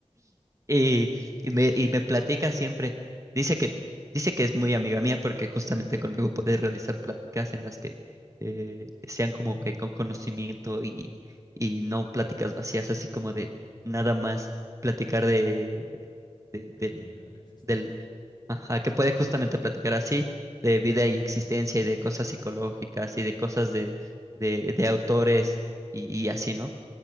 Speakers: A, on the right; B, on the left.
A: y, y me, y me platica siempre, dice que, dice que es muy amiga mía porque justamente conmigo puede realizar pláticas en las que eh, sean
B: Ajá.
A: como que con conocimiento y, y no pláticas vacías, así como de nada más platicar de, de,
B: De
A: del
B: la vida, de la existencia.
A: del Ajá, que puede justamente platicar así de vida y existencia y de cosas psicológicas y de cosas de, de, de autores y, y así, ¿no?